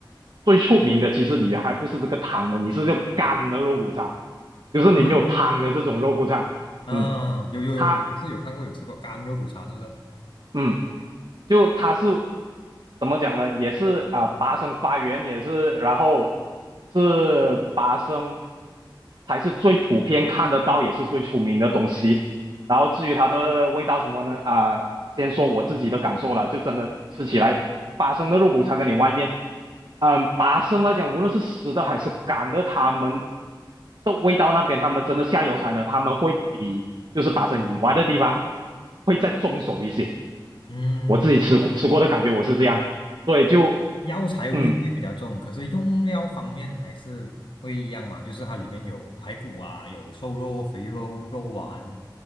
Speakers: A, on the right (about 60°); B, on the left (about 80°).
A: 最出名的，其实你还不是这个汤的，你是就干的肉骨茶，就是你没有汤的这种肉骨茶。
B: 啊，嗯，
A: 嗯，
B: 有有有，
A: 它
B: 我是有看过有吃过干肉骨茶，是不是？
A: 嗯。就它是怎么讲呢？也是啊，八声发源也是，然后是八声才是最普遍看得到，也是最出名的东西。然后至于它的味道什么呢？啊，先说我自己的感受了，就真的吃起来，八生的肉骨茶跟你外面，嗯，八生来讲，无论是湿的还是干的，他们的味道那边，他们真的下油菜呢，他们会比就是八生以外的地方会再重手一些。
B: 嗯，
A: 我自己吃吃过的感觉我是这样，
B: 就
A: 所以就
B: 药材味会比较重，
A: 嗯，
B: 可是用料方面还是会一样嘛，就是它里面有排骨啊，有瘦肉、肥肉、肉丸